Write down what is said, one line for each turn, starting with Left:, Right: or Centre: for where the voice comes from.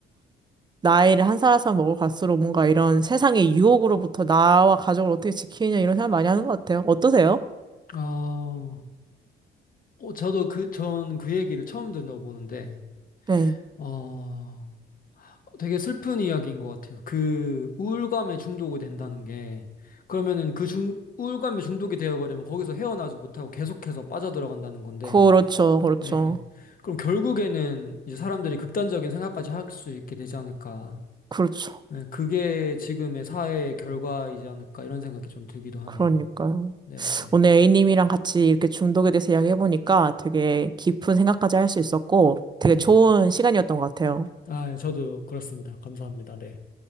Right: 나이를 한 살 한 살 먹을 갈수록 뭔가 이런 세상의 유혹으로부터 나와 가족을 어떻게 지키느냐 이런 생각 많이 하는 것 같아요. 어떠세요?
Left: 아, 어, 저도 그, 전 그 얘기를 처음 들어보는데,
Right: 네.
Left: 어, 되게 슬픈 이야기인 것 같아요. 그 우울감에 중독이 된다는 게 그러면은 그 중, 우울감에 중독이 되어버리면 거기서 헤어나지 못하고 계속해서 빠져들어간다는 건데,
Right: 그렇죠, 그렇죠.
Left: 네. 그럼 결국에는 이제 사람들이 극단적인 생각까지 할 수 있게 되지 않을까.
Right: 그렇죠.
Left: 네, 그게 지금의 사회의 결과이지 않을까 이런 생각이 좀 들기도 하네요.
Right: 그러니까요.
Left: 네, 네,
Right: 오늘 A님이랑 같이 이렇게 중독에 대해서 이야기해보니까 되게 깊은 생각까지 할 수 있었고 되게
Left: 네.
Right: 좋은 시간이었던 것 같아요.
Left: 아, 저도 그렇습니다. 감사합니다. 네.